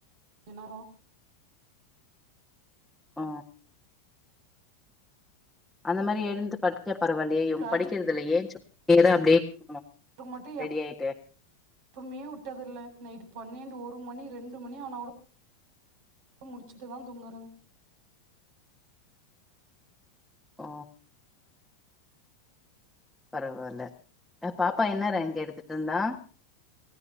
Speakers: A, on the right (about 60°); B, in the centre.
A: நேரோ
B: ஓ அந்த மாரி எழுந்து படிச்சா பரவாயில்லையே இவங்க
A: ப்ராஜெக்ட்
B: படிக்கிறதுதில்ல ஏஞ்சோ நீங்கதா அப்டியே <inaudible>
A: டு மட்டு
B: ரெடி
A: எப்
B: ஆயிட்டு
A: இப்பமே வுட்டது இல்ல நைட் பன்னெண்டு ஒரு மணி ரெண்டு மணி ஆனா கூடோ அ முடிச்சிட்டுதா தூங்கறது
B: ஒ பரவால்ல அ பாப்பா என்ன ரேங்க் எடுத்துட்ருந்தா